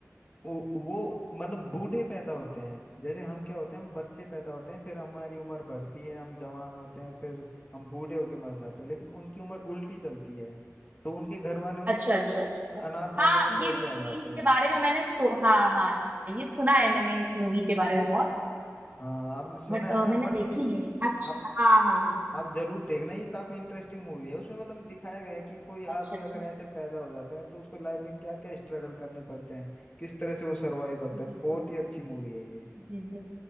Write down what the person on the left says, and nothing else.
वो वो मतलब बूढ़े पैदा होते हैं जैसे हम क्या होते हैं हम बच्चे पैदा होते हैं फिर हमारी उम्र बढ़ती है हम जवान होते हैं फिर हम बूढ़े होके मर जाते हैं लेकिन उनकी उम्र उल्टी चलती है तो उनके घर वाले उनको
मतलब
अनाथालय
में छोड़
के
आ जाते
हैं
हाँ आपने सुना
है ना
बट
ये
आप
आप जरूर देखना ये काफी इंटरेस्टिंग मूवी है उसमें मतलब दिखाया गया है कि कोई
आदमी
अगर ऐसे पैदा हो जाता है तो उसको लाइफ में क्या क्या स्ट्रगल करने पड़ते हैं किस तरह से वो सरवाइव करता
है बहुत
ही अच्छी मूवी है ये